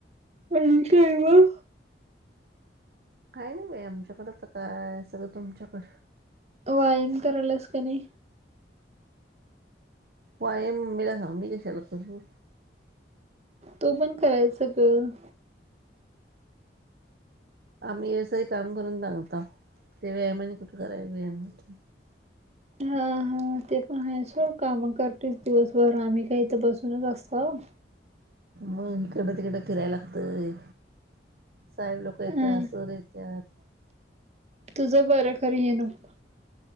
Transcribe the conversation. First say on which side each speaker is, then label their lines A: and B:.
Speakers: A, on the right (about 35°); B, on the right (about 55°).
A: आणि काय मग.
B: काही नाही बाई आमच्याकडं आता काय सगळं तुमच्याकडं.
A: वायाम कराल्यास का नई.
B: वायाम मम्मीला सांग, मी कशाला करू.
A: तू पण करायचं गं.
B: आम्हीं असं ही काय करून दमताव, ते व्यायाम आणि कुठं कराय वेळ मिळतोय.
A: हा, हा. ते पण आहे सोड काम करतीस दिवसभर, आम्हीं काय इथं बस सूनच आसताव.
B: मग हिकडनं- तिकडं फिराय लागतंय, साहेब लोकं येत्यात,
A: अ
B: सर येत्यात.
A: तुझं बरं खरं हे नको.